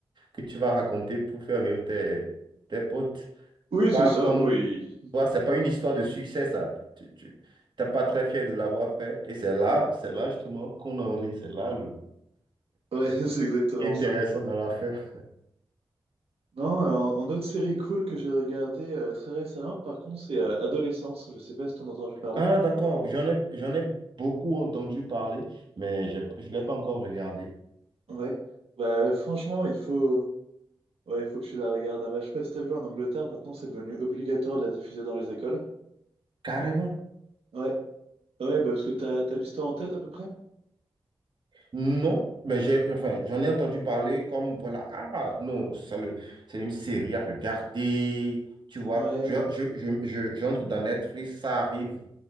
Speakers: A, on the right; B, on the right.
A: que tu vas raconter pour faire rire tes, tes potes.
B: Oui,
A: Pas
B: c'est ça,
A: comme,
B: oui.
A: voilà, c'est pas une histoire de succès, ça. Tu, tu, t'es pas très fier de l'avoir fait. Et c'est là, c'est là justement qu'on en rit. C'est là le
B: Ouais, <laughs> c'est exactement
A: intéressant
B: ça.
A: dans l'affaire.
B: Non, euh, en, en autre série cool que j'ai regardée euh, très récemment, par contre, c'est euh, Adolescence. Je sais pas si t'en as entendu parler.
A: Ah, d'accord. J'en ai, j'en ai beaucoup entendu parler, mais j'ai pas- je ne l'ai pas encore regardé.
B: Ouais. Bah, euh, franchement, il faut... Ouais, il faut que tu la regardes. Ah, bah, je sais pas si t'as vu, en Angleterre, maintenant, c'est devenu obligatoire de la diffuser dans les écoles.
A: Carrément.
B: Ouais. Ouais, bah, parce que t'as, t'as l'histoire en tête, à peu près?
A: Non, mais j'ai, enfin, j'en ai entendu parler comme, voilà, ah non, ça le, c'est une série à regarder, tu vois.
B: Ouais,
A: Je, je, je, je- j'entre dans Netflix, ça arrive,